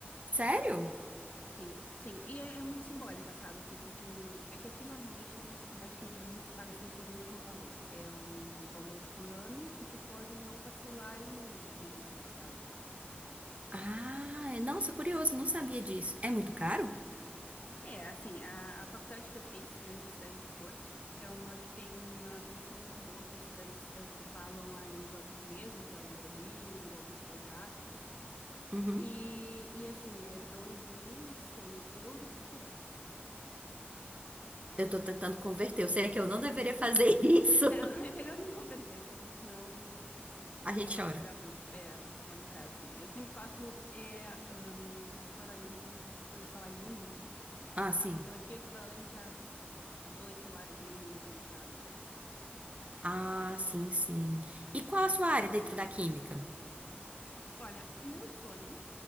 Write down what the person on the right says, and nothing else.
Sério?
Ah, é- nossa, curioso, não sabia disso. É muito caro?
Uhum.
Eu tô tentando converter. Eu sei que eu não deveria fazer <laughs> isso.
A
gente chora.
Ah, sim.
Ah,
sim, sim. E qual a sua área dentro da química?